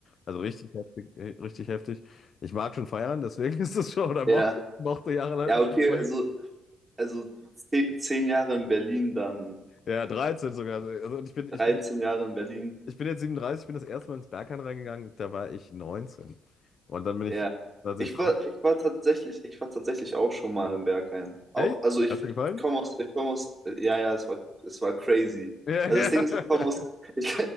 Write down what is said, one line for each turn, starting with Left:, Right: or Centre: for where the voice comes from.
Left: Also richtig heftig, äh, richtig heftig. Ich mag schon feiern, deswegen <laughs> ist es schon, oder
Right: ja.
Left: mochte, mochte jahrelang.
Right: Ja, okay,
Left: schon feiern.
Right: also, also ze- zehn Jahre in Berlin, dann
Left: Ja, 13 sogar. Also und ich bin,
Right: 13
Left: ich bin
Right: Jahre in Berlin.
Left: Ich bin jetzt 37, ich bin das erste Mal ins Berghain reingegangen, da war ich 19. Und dann bin
Right: Ja.
Left: ich tatsächlich
Right: Ich
Left: verrückt.
Right: war, ich war tatsächlich, ich war tatsächlich auch schon mal im Berghain. Auch,
Left: Echt?
Right: also ich
Left: Hat's dir gefallen?
Right: komme aus, ich komme aus, ja, ja, es war, es war crazy.
Left: Ja,
Right: Also
Left: ja.
Right: das Ding ist, ich komme aus,
Left: <laughs>
Right: <laughs> ich,